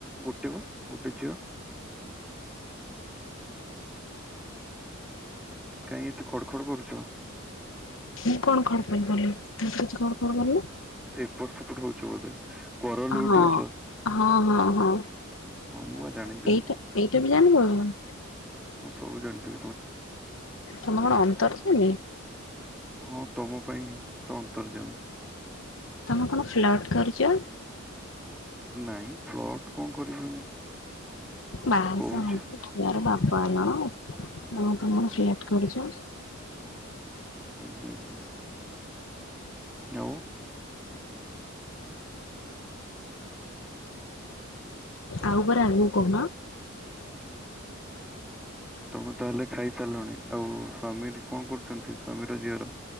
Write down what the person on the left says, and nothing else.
ମୁଁ କଣ ଖଡ୍ ପାଇଁ କଲିି ମୁଁ ତ କିଛି ଖଡ ଖଡ କରିନି।
ହଁ,
ହଁ, ହଁ, ହଁ।
ଏଇଟା ଏଇଟା ବି ଜାଣିଦବ।
ତମେ କଣ ଅନ୍ତର୍ଯ୍ୟାମି?
ତମେ କଣ ଫ୍ଲଟ୍ କରୁଛ?
ବାଆ
ସାହା ହେଇକି ଛୁଆର ବାପ ହ ନା ଆ ତମେ ଚାଟ୍ କରୁଛ।
ଆଉ ପରେ ଆଗକୁ କହୁନ।